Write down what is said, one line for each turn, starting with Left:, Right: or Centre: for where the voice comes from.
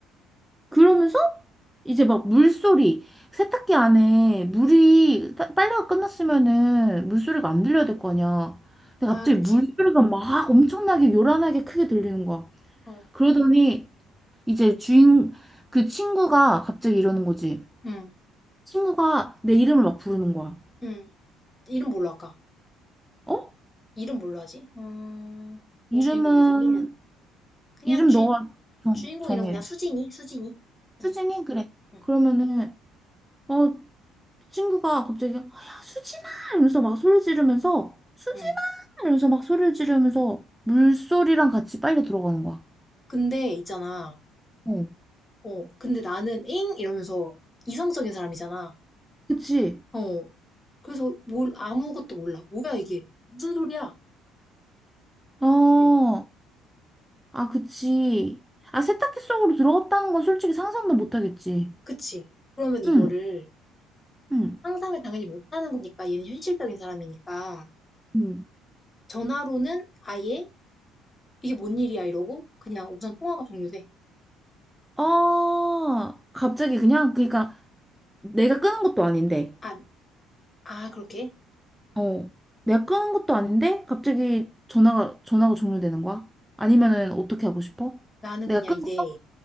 Centre: 그러면서 이제 막 물소리, 세탁기 안에 물이 빠- 빨래가 끝났으면은 물소리가 안 들려야 될 거 아니야. 근데 갑자기
Left: 아, 그치.
Centre: 물소리가 막 엄청나게 요란하게 크게 들리는 거야.
Left: 어,
Centre: 그러더니 이제 주인 그 친구가 갑자기 이러는 거지.
Left: 응,
Centre: 친구가 내 이름을 막 부르는 거야.
Left: 응. 이름 뭘로 할까?
Centre: 어? 어.
Left: 이름 뭘로 하지? 음,
Centre: 이름은
Left: 주인공 이름은 그냥
Centre: 이름
Left: 주,
Centre: 너가 정,
Left: 주인공
Centre: 정해.
Left: 이름 그냥 수진이, 수진이.
Centre: 수진이?
Left: 응,
Centre: 그래.
Left: 응,
Centre: 그러면은 어 친구가 갑자기 야 수진아 이러면서 막 소리 지르면서 수진아
Left: 응.
Centre: 이러면서 막 소리를 지르면서 물소리랑 같이 빨려 들어가는 거야.
Left: 근데 있잖아.
Centre: 어,
Left: 어, 근데 나는 잉 이러면서 이성적인 사람이잖아.
Centre: 그치?
Left: 어. 그래서 뭘 아무것도 몰라. 뭐야 이게? 무슨 소리야?
Centre: 어,
Left: 그래.
Centre: 아, 그치. 아, 세탁기 속으로 들어갔다는 건 솔직히 상상도 못 하겠지.
Left: 그치? 그러면 이거를
Centre: 응, 응,
Left: 상상을 당연히 못하는 거니까 얘는 현실적인 사람이니까
Centre: 응.
Left: 전화로는 아예 이게 뭔 일이야 이러고 그냥 우선 통화가 종료돼.
Centre: 어, 갑자기 그냥, 그러니까 내가 끄는 것도 아닌데,
Left: 아, 아, 그렇게?
Centre: 어, 내가 끄는 것도 아닌데, 갑자기 전화가, 전화가 종료되는 거야? 아니면은 어떻게 하고 싶어?
Left: 나는
Centre: 내가
Left: 그냥
Centre: 끊었어?
Left: 이제